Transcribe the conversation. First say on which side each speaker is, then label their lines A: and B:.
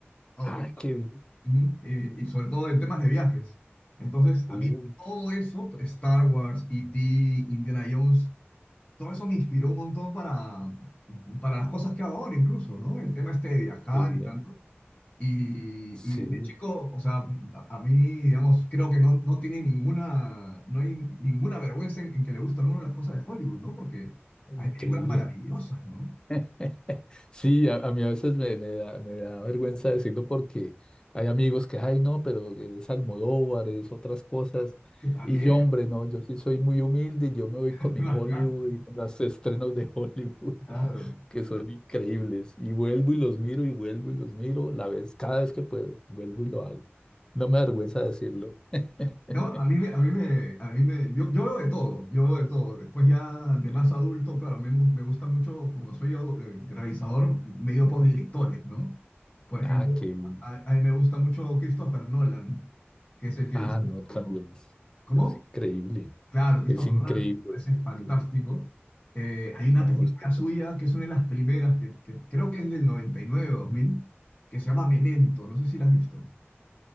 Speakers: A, on the left (about 35°); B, on the left (about 20°).
A: Adobe.
B: Ah, qué bien.
A: Ujú. Eh, y sobre todo en temas de viajes. Entonces,
B: Uy,
A: a mí todo eso, Star Wars, E.T., Indiana Jones, todo eso me inspiró un montón para, para las cosas que hago ahora incluso, ¿no? El tema este de viajar
B: qué bien.
A: y tanto. Y,
B: Sí,
A: y desde chico, o sea, a, a mí, digamos, creo que no, no tiene ninguna, no hay ninguna vergüenza en, en que le gusten algunas de las cosas de Hollywood, ¿no? Porque
B: increíble.
A: hay películas maravillosas, ¿no?
B: <laughs> Sí, a, a mí a veces me, me da, me da vergüenza decirlo porque hay amigos que, ay, no, pero es Almodóvar, es otras cosas.
A: Que también.
B: Y yo, hombre, no, yo sí soy muy humilde y yo me voy
A: <laughs>
B: con mi Hollywood y con los estrenos de Hollywood,
A: Claro.
B: <laughs> que son increíbles. Y vuelvo y los miro y vuelvo y los miro la vez, cada vez que puedo, vuelvo y lo hago. No me da vergüenza decirlo. <laughs>
A: No, a mí me, a mí me, a mí me, yo, yo veo de todo, yo veo de todo. Después ya de
B: Sí,
A: más adulto, claro, a mí me, gu- me gusta mucho, como soy yo, eh, realizador, me he ido por directores,
B: sí.
A: ¿no? Por ejemplo,
B: Ah, qué bien.
A: a, a mí me gusta mucho Christopher Nolan, que es el que
B: Ah,
A: hizo...
B: no, también es,
A: ¿Cómo?
B: es increíble.
A: Claro, Christopher
B: Es increíble.
A: Nolan me parece
B: es
A: fantástico.
B: increíble.
A: Eh, hay una
B: No,
A: película
B: es-
A: suya que es una de las primeras, que, que creo que es del 99 o 2000 que se llama Memento. No sé si la has visto.